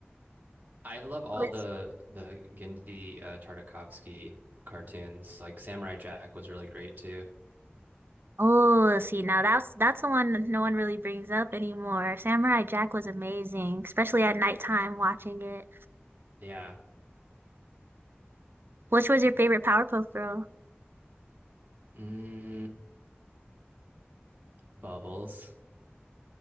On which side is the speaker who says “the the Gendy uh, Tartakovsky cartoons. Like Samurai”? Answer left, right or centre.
Right